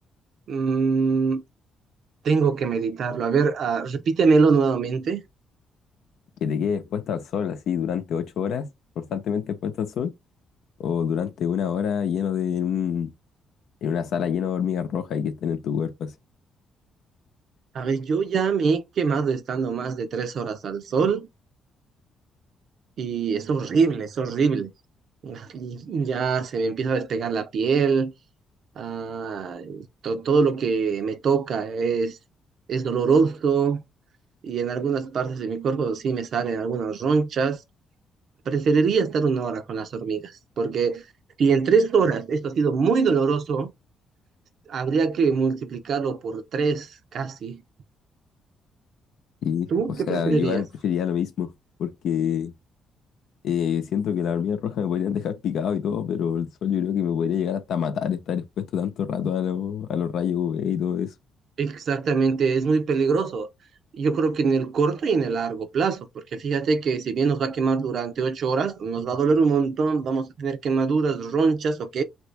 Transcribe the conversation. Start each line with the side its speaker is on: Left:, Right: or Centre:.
Right: Mm, tengo que meditarlo. A ver, ah, repítemelo nuevamente.
Left: ¿Que te quedes expuesto al sol así durante ocho horas, constantemente expuesto al sol, o durante una hora lleno de un en una sala llena de hormigas rojas y que estén en tu cuerpo así.
Right: A ver, yo ya me he quemado estando más de tres horas al sol y es horrible, es horrible. Ah, Y ya se me empieza a despegar la piel, ah, to- todo lo que me toca es, es doloroso y en algunas partes de mi cuerpo sí me salen algunas ronchas. Preferiría estar una hora con las hormigas, porque si en tres horas esto ha sido muy doloroso, habría que multiplicarlo por tres casi.
Left: Y,
Right: ¿Tú
Left: o sea,
Right: qué preferirías?
Left: yo igual preferiría lo mismo, porque eh, siento que las hormigas rojas me podrían dejar picado y todo, pero el sol yo creo que me podría llegar hasta matar estar expuesto tanto rato a, lo- a los rayos UV y todo eso.
Right: Exactamente, es muy peligroso. Yo creo que en el corto y en el largo plazo, porque fíjate que si bien nos va a quemar durante ocho horas, nos va a doler un montón, vamos a tener quemaduras, ronchas, ok,